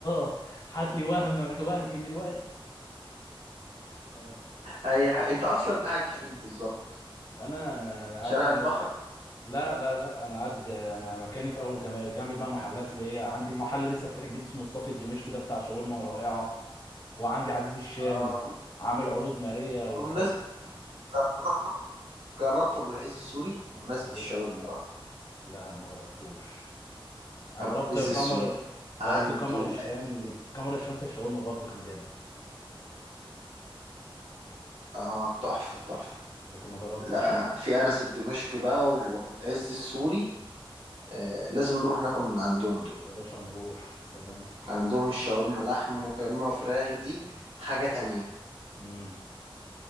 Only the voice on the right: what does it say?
اي ح... انت اصلا قاعد فين بالظبط
شارع
البحر
اه
بمناسبه جربت جربت ابو العز السوري بمناسبه
الشاورما بقى
ابو
العز
السوق
عنده
إيه؟
اه تحفه تحفه
لا في انس الدمشقي بقى وابو العز السوري آه لازم نروح ناكل من عندهم دول
عندهم الشاورما لحم وشاورما وفراخ دي حاجه تانية